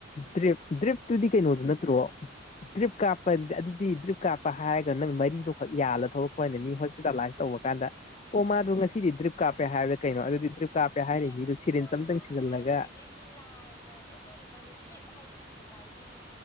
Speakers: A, on the left; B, on the left.
A: ꯗ꯭ꯔꯤꯞ ꯗ꯭ꯔꯤꯞꯇꯨꯗꯤ ꯀꯩꯅꯣꯗꯨ ꯅꯠꯇ꯭ꯔꯣ ꯗ꯭ꯔꯤꯞ ꯀꯥꯞ ꯗꯤ ꯑꯗꯨꯗꯤ ꯗ꯭ꯔꯤꯞ ꯀꯥꯞꯄ ꯍꯥꯏꯔꯒ ꯅꯪ ꯃꯔꯤꯗꯣ ꯌꯥꯜꯂ ꯊꯣꯛꯂꯛꯄ꯭ꯔꯅꯦ ꯃꯤ ꯍꯣꯁꯄꯤꯇꯥꯂꯥꯏꯁ ꯇꯧꯕ ꯀꯥꯟꯗ ꯑꯣ ꯃꯥꯗ ꯉꯁꯤꯗꯤ ꯗ꯭ꯔꯤꯞ ꯀꯥꯞꯄꯦ ꯍꯥꯏꯗ ꯀꯩꯅꯣ ꯑꯗꯨꯗꯤ ꯗ꯭ꯔꯤ ꯀꯥꯞꯄꯦ
B: ꯗ꯭ꯔꯤꯞ
A: ꯍꯥꯏꯔꯤ ꯃꯤꯗꯨ ꯁꯤꯔꯦꯟꯁ
B: ꯀꯥꯞꯄ
A: ꯑꯝꯇꯪ ꯊꯤꯖꯤꯜꯂꯒ
B: ꯍꯥꯏꯁꯤꯗꯤ ꯂꯥꯟꯅ ꯆꯠꯅꯒꯤꯈꯤꯕꯩꯋꯥꯅꯤ ꯗ꯭ꯔꯤꯞ ꯍꯥꯏꯁꯤꯗꯤ ꯉꯁꯥꯏꯒꯤ